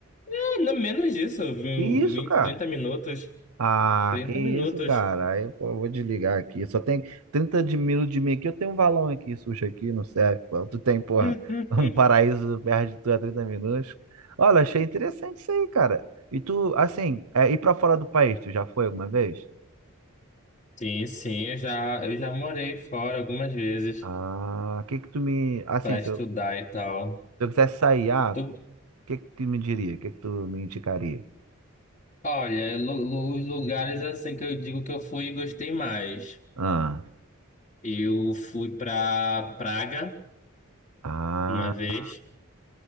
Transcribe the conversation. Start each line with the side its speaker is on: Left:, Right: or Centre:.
Left: É, no menos disso, eu vi
Right: Que isso,
Left: 20,
Right: cara?
Left: 30 minutos.
Right: Ah,
Left: trinta
Right: que isso,
Left: minutos.
Right: cara. Aí, pô, eu vou desligar aqui. Só tem 30 de minutos de mim aqui. Eu tenho um valão aqui, sushi aqui, não serve. pô. Tu tem, porra,
Left: <laughs>
Right: <laughs> um paraíso perto de tu a 30 minutos. Olha, achei interessante isso aí, cara. E tu, assim, é, ir pra fora do país, tu já foi alguma vez?
Left: Sim, sim, eu já, eu já morei fora algumas vezes
Right: Ah, o que que tu me. Assim,
Left: para
Right: se
Left: estudar
Right: eu,
Left: e tal.
Right: se eu quisesse sair, ah,
Left: Tu-
Right: o que que tu me diria? O que que tu me indicaria?
Left: olha, lu- lu- os lugares assim que eu digo que eu fui e gostei mais.
Right: Ah,
Left: Eu fui pra Praga
Right: ah,
Left: uma vez.